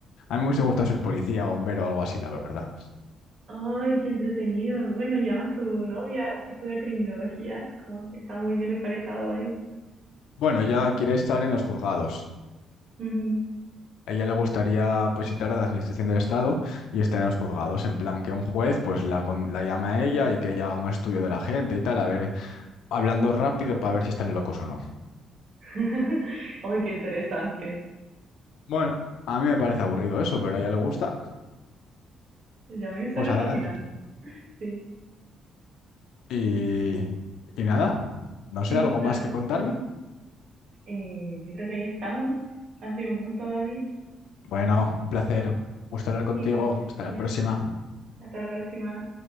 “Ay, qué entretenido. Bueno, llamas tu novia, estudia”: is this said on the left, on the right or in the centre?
Right